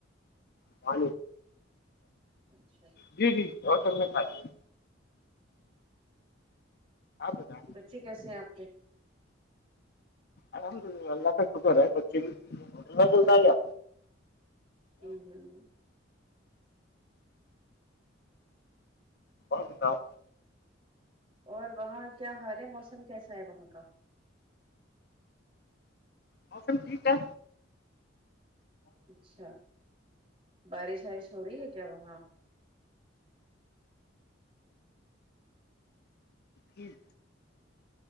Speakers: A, on the left; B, on the right.
A: مع
B: اچھا
A: جی جی اور سب نے کھجی ہے آپتا
B: بچے کیسے ہیں آپ کے
A: آرحمدلہ اللہ کا شکر ہے بچے بھیلہ جل رہ ہے کیایا
B: ہ ہوں
A: کو ستا ہوں
B: اور وہاں کیا حال ہے موسم کیسا ہے وہاں کا
A: موسم ٹھیک ہے
B: اچھا بارش وارش ہو رہی ہے کیا وہاں
A: جی